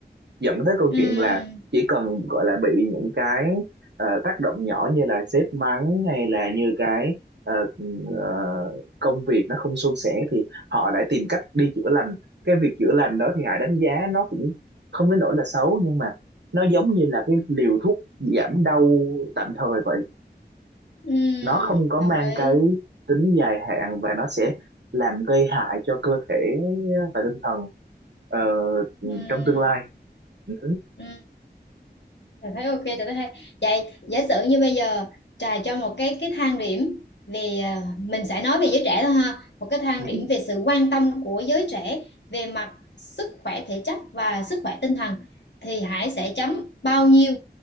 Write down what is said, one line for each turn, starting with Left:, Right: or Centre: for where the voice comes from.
Right: dẫn tới câu
Left: ừ
Right: chuyện là chỉ cần gọi là bị những cái ờ, tác động nhỏ như là sếp mắng hay là như cái ờ, ờ, công việc nó không suôn sẻ thì họ lại tìm cách đi chữa lành cái việc chữa lành đó thì Hải đánh giá nó cũng không đến nỗi là xấu nhưng mà nó giống như là cái liều thuốc giảm đau tạm thời vậy
Left: ừ
Right: nó không có
Left: đồng
Right: mang
Left: ý
Right: cái tính dài hạn và nó sẽ làm gây hại cho cơ thể và tinh thần ờ,
Left: ừ
Right: trong tương lai ừ.
Left: ừ Trà thấy ok Trà thấy hay vậy giả sử như bây giờ Trà cho một cái cái thang điểm về à, mình sẽ nói về giới trẻ thôi ha một cái thang
Right: Ừ.
Left: điểm về sự quan tâm của giới trẻ về mặt sức khỏe thể chất và sức khỏe tinh thần thì Hải sẽ chấm bao nhiêu